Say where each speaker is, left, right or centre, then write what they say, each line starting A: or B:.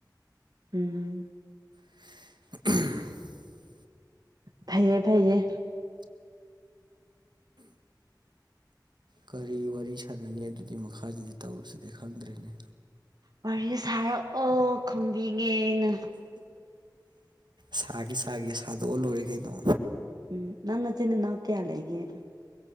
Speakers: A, on the right; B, on the right.
A: ꯎꯝ
B: <unintelligible>
A: ꯐꯩꯌꯦ ꯐꯩꯌꯦ
B: ꯀꯔꯤ ꯋꯥꯔꯤ ꯁꯥꯟꯅꯅꯤ ꯑꯗꯨꯒꯤ ꯃꯈꯥꯁꯤꯗꯤ ꯇꯧꯔꯨꯁꯤꯗꯤ ꯈꯪꯗ꯭ꯔꯦꯅꯦ
A: ꯋꯥꯔꯤ ꯁꯥꯔꯛꯑꯣ ꯈꯨꯝꯕꯤꯒꯦꯅ
B: ꯁꯥꯒꯤ ꯁꯥꯒ ꯁꯥꯗꯣꯛꯑ ꯂꯣꯏꯔꯦ ꯀꯩꯅꯣ
A: ꯎꯝ ꯅꯪ ꯆꯤꯟꯅꯤ ꯅꯀꯦꯌꯥꯂ ꯑꯩꯦ